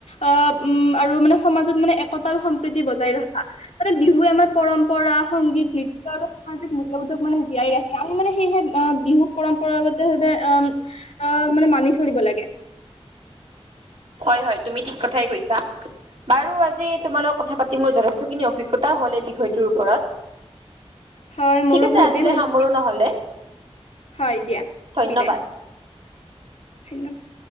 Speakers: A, on the left (about 80°); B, on the right (about 65°).
A: অ উম আৰু মানে সমাজত মানে সন্তাল সম্প্ৰীতি বজাই ৰখা মানে বিহুৱে আমাৰ পৰম্পৰা সংগীত নৃত্য আৰু সামাজিক মূল্যবোধ বিহুক মানে জীয়াই ৰাখে আৰু মানে সেই বিহু পৰম্পৰাগতভাৱে অ অ মানে মানি চ- দিব লাগে।
B: হয় হয় তুমি ঠিক কথাই কৈছা। বাৰু আজি তোমালোক কথা পাতি মোৰ যথেষ্টখিনি অভিজ্ঞতা হ'ল এই বিষয়টোৰ ওপৰত।
A: হয় মোৰো
B: ঠিক আছে
A: বহুতেই
B: আজিলৈ
A: ভাল
B: সামৰো
A: লাগে
B: নহলে।
A: হয় দিয়া
B: ধন্যবাদ।
A: বিদায়। ধন্যবাদ।